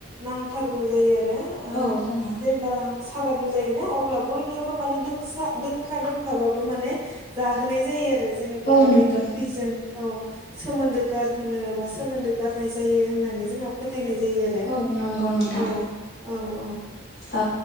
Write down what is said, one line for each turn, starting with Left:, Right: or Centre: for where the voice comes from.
Right: नांथारगौ जायो आर रो ओ
Left: औ जोङो
Right: जेब्ला सारादु जायो ना अब्ला बयनोबो माने दोंसा दोंफा दोंफाबाबो माने जाहोनाय जायो आरो। जेनेबा
Left: औ नंगौ
Right: बै गोथैजों
Left: नोंथां
Right: औ सोमोन्दो गारहोनो बा सोमोन्दो गारनाय जायो होननानै जोंहा फोथायनाय जायो आरो।
Left: औ नंगौ नोंथां
Right: औ औ औ
Left: ओ